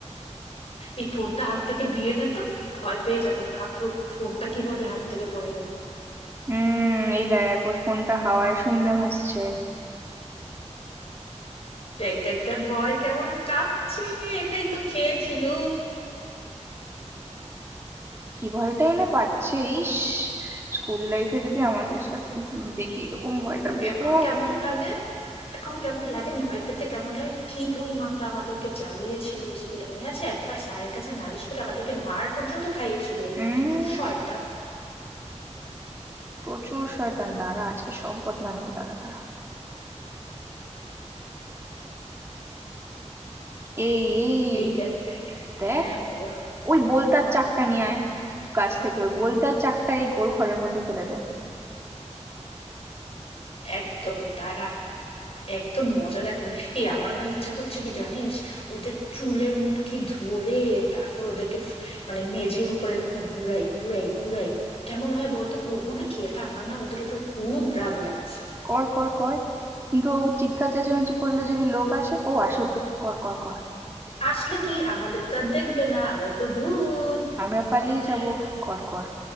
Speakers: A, on the left (about 55°); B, on the right (about 20°).
A: এই ফোনটা হাত থেকে দিয়ে নে তো ভয় পেয়ে যাবে ভাবলো ফোনটা কিভাবে হাত থেকে পড়ে গেল
B: হুম এই দেখ ওর ফোনটা হাওয়ায় শূন্যে ভাসছে
A: দেখ দেখ দেখ ভয় কেমন কাঁপছে এটাই তো চেয়েছিলু
B: কি ভয়টাই না পাচ্ছে ইস স্কুল লাইফে যদি আমাদের সাথে দেখি এরকম ভয়টা
A: হুম
B: পেতো
A: এখন কেমন লাগে এখন কেমন লাগে ভয় পেতে কেমন লাগে কি পরিমাণটা আমাদেরকে জ্বালিয়েছিল স্কুলে মনে আছে একবার স্যারের কাছে নালিশ করে আমাদেরকে মার পর্যন্ত খাইয়েছিল এই
B: উম
A: মেয়ে দুটো শয়তান
B: প্রচুর শয়তান দাঁড়া আজকে সব বদলা নেবো দাঁড়া দাঁড়া এই এই
A: এই দেখ দেখ
B: দেখ
A: হ্যাঁ বল
B: ওই বোলতার চাকটা নিয়ে আয় গাছ থেকে ওই বোলতার চাকটা এই গোর ঘরের মধ্যে ফেলে দে
A: একদম দাঁড়া একদম মজা দেখানো এই আমার না ইচ্ছা করছে কি জানিস ওদের চুলের মুটকি ধরে তারপর ওদেরকে ফ- মানে মেঝের উপর এরকম ঘুরাই ঘুরাই ঘুরাই কেমন হয় বলতো করবো না কি এটা আমার না ওদের উপর খুব রাগ লাগছে
B: কর কর কর কিন্তু ও চিৎকার চেঁচামেচি করলে যদি লোক আসে ও আসুক কর কর কর
A: আসলে কি আমাদের তো আর দেখবে না আমরা তো ভূত
B: আমরা পালিয়ে
A: হ্যাঁ
B: যাব কর কর